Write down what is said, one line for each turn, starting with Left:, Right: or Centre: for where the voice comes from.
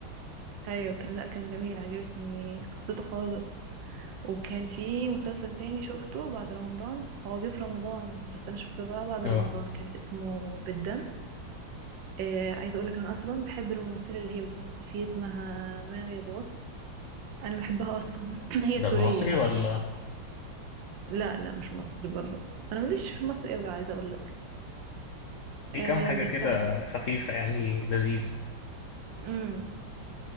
Right: ايوه كان لا كان جميل عجبتني قصته خالص وكان في مسلسل تاني شفته بعد رمضان هو جه في رمضان بس انا شفته بقى بعد
Left: اه
Right: رمضان كان اسمه بالدم آه عايزه اقول لك انا اصلا بحب الممثله اللي هي بتمثل فيه اسمها ماغي ابو غصن انا بحبها اصلا <clears throat> هي
Left: ده
Right: سوريه
Left: العصري
Right: اصلا
Left: ولا
Right: لا لا مش مصري برضه انا ماليش في مصر قوي عايزه اقول لك
Left: في
Right: آه
Left: كام حاجة
Right: بس
Left: كده
Right: ع-
Left: خفيفة يعني لذيذ
Right: امم